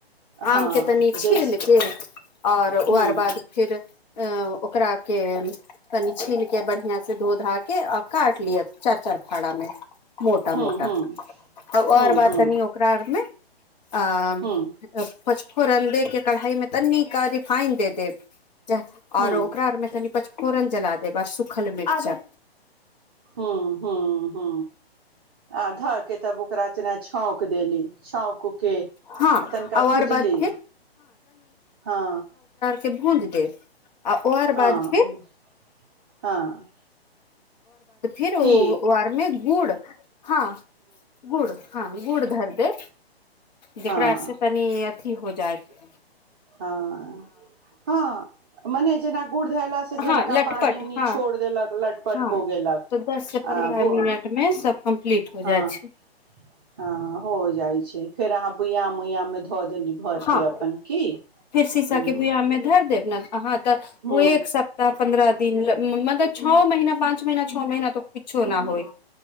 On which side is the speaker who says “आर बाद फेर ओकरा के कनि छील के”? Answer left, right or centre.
Left